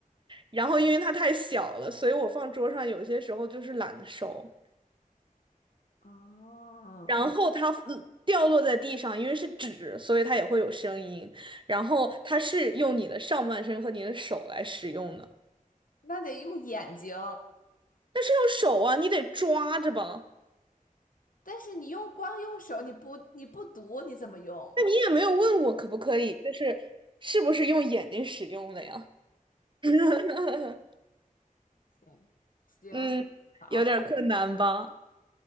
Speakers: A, on the right; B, on the left.
A: 然后因为它太小了，所以我放桌上有些时候就是懒得收。
B: 哦，
A: 然后它嗯掉落在地上，因为是纸，所以它也会有声音。然后它是用你的上半身和你的手来使用的，
B: 那得用眼睛，
A: 但是用手啊，你得抓着吧。
B: 但是你用光用手，你不你不读，你怎么用？
A: 那你也没有问我可不可以，就是是不是用眼睛使用的呀？<laughs>
B: 行行，
A: 嗯，
B: 好，
A: 有点困难吧。